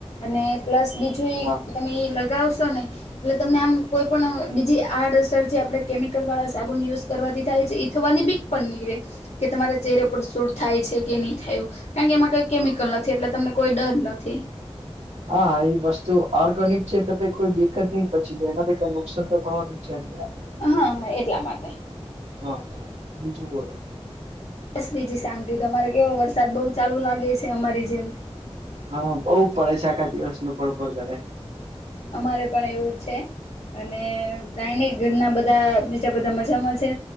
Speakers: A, on the left; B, on the right.
A: અને પ્લસ બીજું એ
B: હા
A: તમે લગાવશો ને એટલે તમને આમ કોઈ પણ બીજી આડઅસર જે આપણે કેમિકલ વાળા સાબુન યુઝ કરવાથી થાય છે. થવાની બીક પણ નીક રહેે કે તમારા ચહેરા પર સુૂર થાય છે, કે નહીં થાયું કારણ કે એમાં કઈ કેમિકલ નથી એટલે તમને કોઈ ડર નથી.
B: હા એ વસ્તુ ઓર્ગેનિક છે. એટલે કોઈ બેકદ નહી પછી તો એનાથી તો કરવાની છે, એમે
A: હા હા એટલા માટે
B: હા હા બીજું બોલો
A: બસ બીજી શાંતિ તમારે કેવો વરસાદ બહુ ચાલુ લાગે છે. અમારી જેમ
B: હા બહુ પડે છે, આખા દિવસ નું પણ પણ કરે
A: અમારે પણ એવું છે. અને કાઈ નહ ઘરના બધા બીજા બધા મજામાં છે.